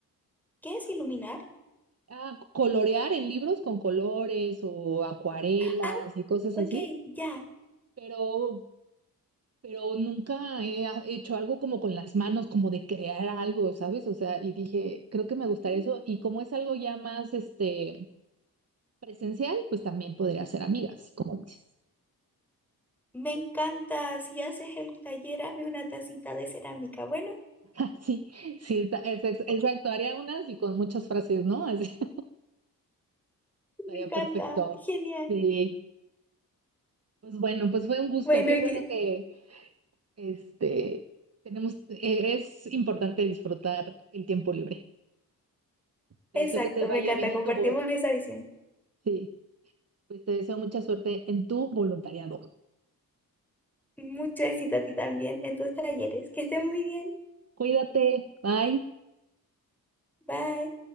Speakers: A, in the centre; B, on the right.
A: ¿Qué es iluminar?
B: Ah, colorear en libros con colores o acuarelas
A: Ah,
B: y cosas
A: ok,
B: así.
A: ya.
B: pero, pero nunca he ha- hecho algo como con las manos, como de crear algo, ¿sabes? O sea, y dije, creo que me gustaría
A: Ujú.
B: eso. Y como es algo ya más, este, presencial, pues también podría ser amigas, como dices.
A: Me encanta. Si haces el taller, hazme una tacita de cerámica. Bueno,
B: <laughs> Sí, sí, está- es- es- exacto, haría unas y con muchas frases, ¿no? Así, <laughs> estaría
A: me encanta.
B: perfecto.
A: Genial.
B: Sí, pues bueno, pues fue un gusto,
A: Bueno,
B: qué
A: y
B: bueno
A: que,
B: que, este, tenemos, eh, es importante disfrutar el tiempo libre. Te
A: exacto,
B: deseo que te vaya
A: me encanta.
B: bien
A: Compartimos
B: en tu boda.
A: esa visión.
B: Sí. Pues te deseo mucha suerte en tu voluntariado.
A: Mucho éxito a ti también en tus talleres. Que estés muy bien.
B: Cuídate, bye.
A: Bye.